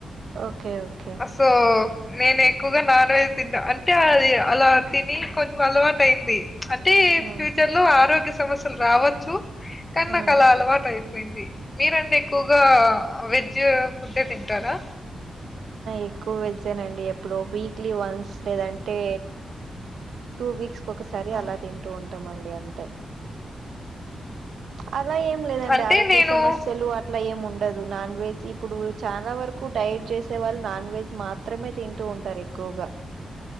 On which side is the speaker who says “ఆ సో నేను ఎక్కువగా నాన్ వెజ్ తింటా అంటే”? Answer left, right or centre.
Left